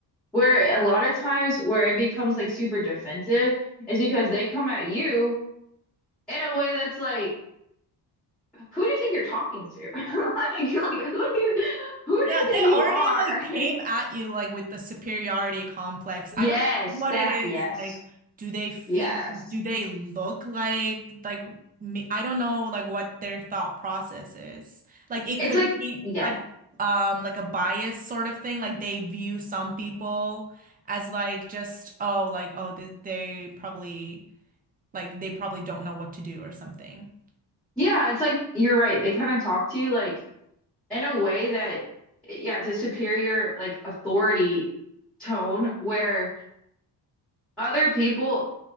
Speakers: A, in the centre; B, on the right.
A: where a lot of times where it becomes like super defensive is because they come at you in a way that's like, who do you think you're talking to? <laughs> Like, you're like, who do you who do
B: yeah,
A: you
B: they
A: think
B: already
A: you are?
B: like came
A: <laughs>
B: at you like with the superiority complex. I
A: Yes,
B: don't know what
A: that,
B: it is.
A: yes,
B: Like, do they feel,
A: yes.
B: do they look like like me? I don't know like what their thought process is. Like it
A: It's
B: could
A: like,
B: be
A: yes.
B: like um like a bias sort of thing. Like they view some people as like just oh like oh they, they probably like they probably don't know what to do or something.
A: Yeah, it's like you're right. They kind of talk to you like in a way that, yeah, it's a superior like authority tone where other people